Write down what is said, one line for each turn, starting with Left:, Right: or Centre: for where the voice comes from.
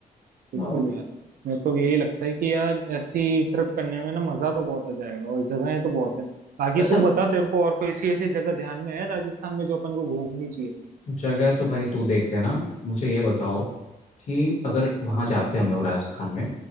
Right: बिल्कुल
Left: और
Right: यार मेरे को भी यही लगता है कि यार ऐसी ट्रिप करने में ना मजा तो बहुत आ जाएगा और जगहें तो बहुत है बाकी
Left: अच्छा
Right: तू बता तेरे को और कोई ऐसी ऐसी जगह ध्यान में है राजस्थान में जो अपन को घूमनी चाहिए
Left: जगह तो भाई तू देख लेना मुझे ये बताओ कि अगर वहाँ जाते हैं हम लोग राजस्थान में